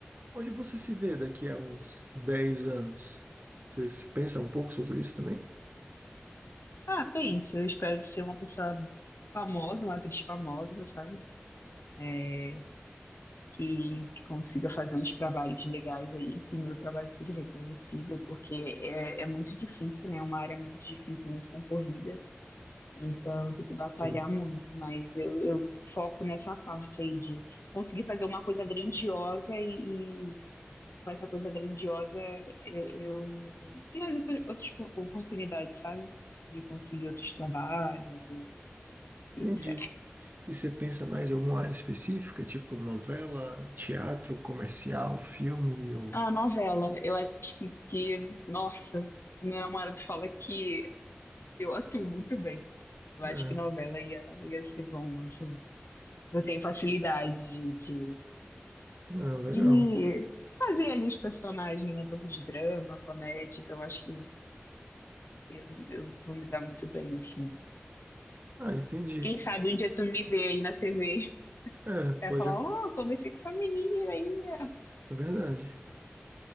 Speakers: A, on the right; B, on the left.
A: onde você se vê daqui a uns 10 anos? Você se pensa um pouco sobre isso também?
B: Ah, pensa, eu espero ser uma pessoa famosa, uma atriz famosa, sabe? É, que, que consiga fazer uns trabalhos legais aí, que meu trabalho seja reconhecido, porque é, é muito difícil, né? É uma área muito difícil, muito concorrida, então tem que batalhar
A: Sim,
B: muito, mas eu, eu foco nessa parte aí de conseguir fazer uma coisa grandiosa e mas essa coisa grandiosa, eu, eu tenho as outras, outras po- oportunidades, sabe? De conseguir outros trabalhos e e
A: Entendi.
B: etc.
A: E você pensa mais em alguma área específica, tipo novela, teatro, comercial, filme ou...
B: A novela, eu acho que, que, nossa, meu namorado fala que eu atuo muito bem. Eu
A: É,
B: acho que novela ia, ia ser bom, assim. Eu tenho facilidade de, de,
A: ah, legal.
B: de fazer ali os personagens, né? Tanto de drama, comédia, então eu acho que eu, eu vou me dar muito bem, assim.
A: Ah, entendi.
B: Quem sabe um dia tu me vê aí na TV
A: É,
B: Ela
A: pode...
B: falou,
A: acon-
B: oh, comecei com essa menina aí. ó."
A: É verdade.